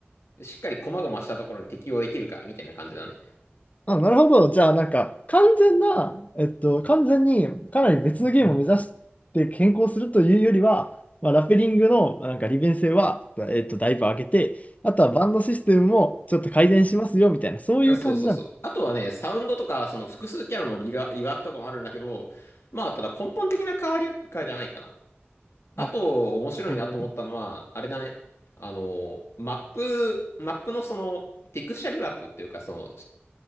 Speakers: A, on the left; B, on the left.
A: しっかり細々したところに適応できるか、みたいな感じだね。
B: あ、なるほど。じゃあ、なんか、完全な、えっと、完全にかなり別のゲームを目指して変更するというよりは、まあ、ラペリングのなんか利便性は、えっと、だいぶ上げて、あとはバンドシステムもちょっと改善しますよみたいな、そういう感じなの
A: そうそうそう。あとはね、サウンドとか、その複数キャラのリラリワークとかもあるんだけど、まあ、ただ根本的な変わりかじゃないかな。あと、
B: あ、
A: 面白いなと思ったのは、
B: うん。
A: あれだね。あの、マップ、マップのその、テクスチャリワークっていうか、その、し